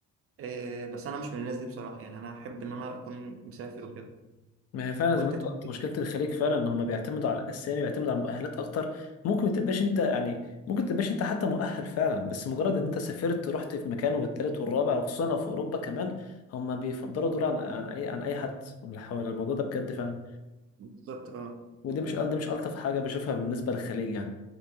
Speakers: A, on the right (about 50°); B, on the left (about 55°).
A: إيه بس انا مش من الناس دي بصراحه يعني انا احب ان انا اكون مسافر وكده
B: ما هي فعلا زي
A: وانت
B: ما انت
A: تحب
B: قلت
A: إيه؟
B: مشكله الخليج فعلا ان هم بيعتمدوا على الاسامي بيعتمدوا على المؤهلات اكتر ممكن ما تبقاش انت يعني ممكن ما تبقاش انت حتى مؤهل فعلا بس مجرد ان انت سافرت رحت في مكان والتالت والرابع وخصوصا لو في اوروبا كمان هم بيفضلوا دول عن عن اي عن اي حد من اللي حوالي. الموضوع ده بجد فعلا
A: بالظبط اه
B: ودي مش دي مش الطف حاجه بشوفها بالنسبه للخليج يعني